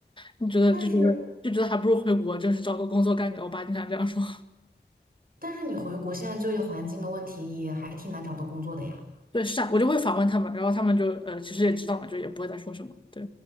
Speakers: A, on the left; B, on the right.
A: 你觉得就觉得就觉得还不如回国，
B: 但是，
A: 就是找个工作干干。我爸经常这样说。<laughs>
B: 但是你回国现在就业环境的问题也还挺难找到工作的呀。
A: 对，是啊，我就会反问他们，然后他们就呃，其实也知道嘛，就也不会再说什么。对，